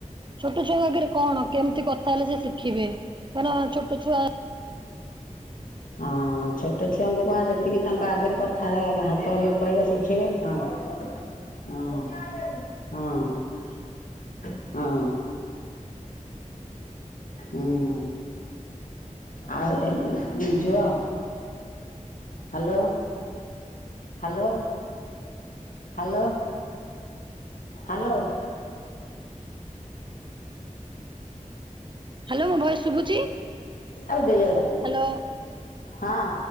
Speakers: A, on the right (about 35°); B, on the left (about 80°).
A: ଛୋଟ ଛୁଆଙ୍କ ଆଗରେ କଣ କେମିତି କଥା ହେଲେ ସେ ଶିଖିବେ ମାନେ ଛୋଟ ଛୁଆ
B: ହଁ ଛୋଟ ଛୁଆଙ୍କ ପା ଯେତିକି ତାଙ୍କ ଆଗରେ କଥା ହାତ ହଲେଇଲି କହିବେ ଶିଖିବେ। ହଁ ହଁ ହଁ ହଁ। ହୁଁ, ଆଉ ଏ ଝୁଅ hello hello. Hello hello.
A: Hello ମୋ ଭଏସ ଶୁଭୁଛି
B: <inaudible>
A: ହ୍ୟାଲୋ।
B: ହଁ।